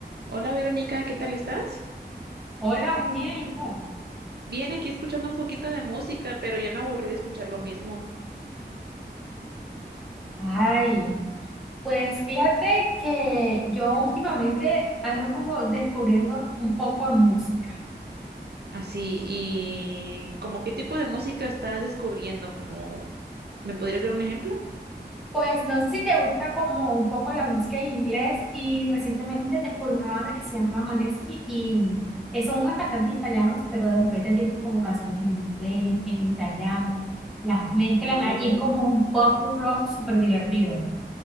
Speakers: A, on the right; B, in the centre.
A: Hola Verónica, ¿qué tal estás?
B: Hola, muy bien, ¿y tú?
A: Bien, aquí escuchando un poquito de música, pero ya me aburrí de escuchar lo mismo.
B: Ay, pues fíjate que yo últimamente ando como descubriendo un poco de música.
A: Así, y como qué tipo de música estás descubriendo, como ¿me podrías dar un ejemplo?
B: Pues no sé si te gusta como un poco la música en inglés y recientemente descubrí una banda que se llama Maneskin y eh, son unos cantantes italianos, pero de repente tienen como canciones en inglés, en italiano, las mezclan
A: Oh,
B: ahí, es como un pop rock súper divertido.